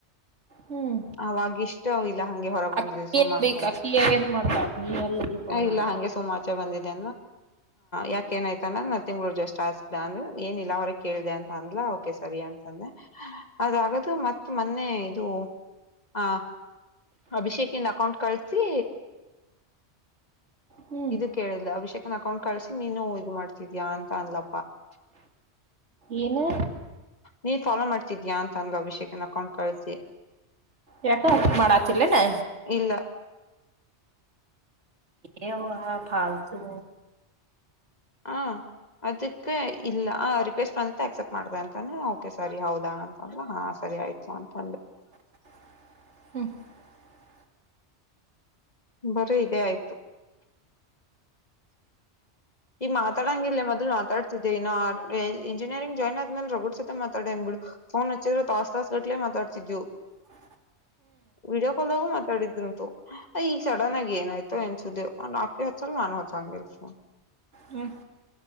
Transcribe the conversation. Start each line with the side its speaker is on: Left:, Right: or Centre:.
Right: ಹ್ಮ್
Left: ಅವಾಗ ಇಷ್ಟ ಇಲ್ಲ ಹಂಗೆ ಹೊರಗ ಬಂದಿದೆ
Right: ಅಕ್ಕಿ
Left: ಸುಮಾ
Right: ಬೇಕ
Left: ಅಂತಂತ
Right: ಅಕ್ಕಿ ಏನ್ ಮಾಡ್ತಾಳ ನೀ ಎಲ್ಲದಿ ತಗೊಂಡ್
Left: ಇಲ್ಲ ಹಗೆ ಸೋಮಾ ಆಚೆ ಬಂದಿದೆ ಯಾಕ ಏನಯ್ತ ಅ ತಿಂಗಂಗಳು ಜಸ್ಟ್ ಆಸ್ಿದೆ ಅಂದ್ರೆ ಏನಿಲ್ಲಲ್ಲ ಅವ್ರ ಕೇಳಿದೆ ಅಂತ ಅಂದಲ ಕೆ ಸರಿ ಅಂತಾನೆ ಅದಾಗದು ಮತ್ತ ಮೊನ್ನೆ ದು ಹ ಅಭಿಷೇಕಿಂದ ಅಕೌಂಟ್ ಕಳಸಿ
Right: ಹ್ಮ್
Left: ಇದು ಕೇಳಿಲ್ಲ ಅಭಿಷೇಕ್ ನನ್ನ ಅಕೌಂಟ್ ಕಳ್ಸಿ ನೀನು ಇ ಮಾಡ್ತಿದ್ಯಾ ಅಂತ ಅನ್ಲಪ್ಪ.
Right: ಏನು
Left: ನೀನ್ ಫಾಲೋ ಮಾಡ್ತಿದ್ಯಾಾ ಅಂದಲ್ ಅಭಿಷೇಕನ್ ಅಕೌಂಟ್ ಕಳ್ಸಿ.
Right: ಯಾಕ ಹಕಿ ಮಾಡಾತಿಲ್ಲನೆ.
Left: ಇಲ್ಲ
Right: <inaudible> ಏ ಫಾಲ್ತು
Left: ಹಾ ಅದಕ್ಕೆ ಇಲ್ಲ ರಿಕ್ವೆಸ್ಟ್ ಬಂದ ಆಕ್ಸೆಪ್ಟ ಮಾಡ್ದ ಅಂತಾನ ಓಕೆ ಸರಿ ಹೌದಾ ಅಂತಂದ್ರೆ ಹಾ ಸ. ಸರಿ ಆಯ್ತು ಅಂತಂಡೆ. <unintelligible>
Right: <inaudible> <inaudible>
Left: ಬರೀ ಇದದೆ ಆಯ್ತು ಈಗ ಮಾತಾಡಂಗಿಲ್ಲ ಮೊದ್ಲು ಮಾತಾಡ್ತಿದ್ದೆ ಇನ್ನು ಇಂಜಿನಿಯರಿಂಗ್ ಜಾಯ್ನ್ ಆದ್ಮೇಲೆ ರಗುಡ್ ಸತೆ ಮಾತಾಡಂಗ್ ಬಿು ಫೋನ್ ಹಚ್ಚಿದ್ರೆ ತಾಸ್ ತಾಸ್ ಕಟ್ಲೆೇ ಮಾತಾಡ್ತಿದಿದ್ದು
Right: ಹ
Left: ವಿಡಿಯೋ ಕಾಲ್ ದಾಗ ಮಾತ್. ತಡಿದ್ ಉಂಟು ಈಗ ಸಡನ್ ಆಗಿ ಏನಾಯ್ತು ಎನ್ಸುದೇವ ಆಕೆ ಹೊಚ್ಚಲ್ ನಾನು ಹೊಚ್ಚಂಗ ಇಲ್ಸ.
Right: ಹ್ಮ